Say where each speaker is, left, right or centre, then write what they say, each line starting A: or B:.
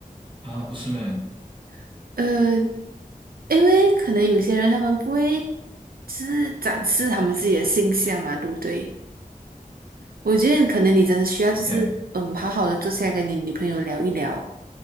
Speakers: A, on the right; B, on the right.
A: 啊，不是咩
B: <laughs> 呃，因为可能有些人他们不会，就是展示他们自己的性向嘛，对不对？我觉得可能你真的需要就是，
A: ？OK。
B: 嗯，好好的坐下来跟你女朋友聊一聊，